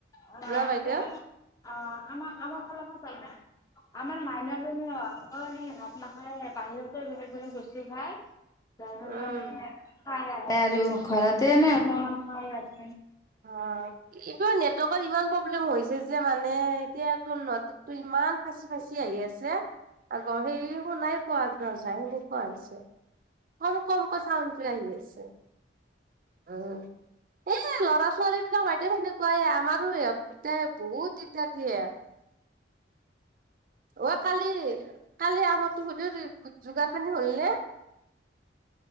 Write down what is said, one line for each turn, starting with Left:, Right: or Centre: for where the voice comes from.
Left: অ <unintelligible>
Right: ন বাইদেউ
Left: অ, আমাৰ আমাৰ <unintelligible> আমাৰ মাইনাজী অ <unintelligible> ভাত নাখাই বাহিৰতে বেলেগ বেলেগ বস্তু খাই যাৰ কাৰণে
Right: উম
Left: - খাই আহে আৰু ঘৰতে নে অলমান খাই আৰু -
Right: অ এইবাৰ নেটৱৰ্ক ইমান প্ৰব্লেম হৈছ - যে যে মানে এতিয়া তোন নেটৱৰ্ক ইমান ফাঁচি ফাঁচি আহি আছে। আগৰ সেই শুনাই পোৱা নাযায় সেনেকুৱা হৈছে। কম কম কৈ চাউন আহি আছে উ, ঞ ল'ৰা - ছোৱালীবিলাক বাইদেউ সেনেকুৱাই আমাৰো হেহঁত দুটাই বহুত দিগ দাৰ দিয়ে। অ, কালি কালি আমতো সুধ <unintelligible> যোগাৰ খানি হলনে?